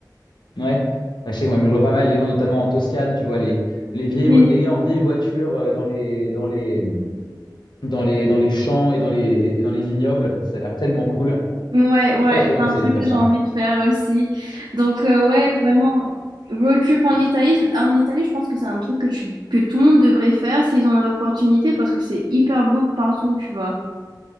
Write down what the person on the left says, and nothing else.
Ouais. Bah, je sais, ouais, mais je vois pas mal les gens, notamment en Toscane, tu vois, les, les vieilles,
vo- les gars en vieilles voitures euh, dans les, dans les, dans les, dans les champs et dans les, et dans les vignobles. Ça a l'air tellement cool.
J'ai
très, très envie
d'essayer
de faire
ça.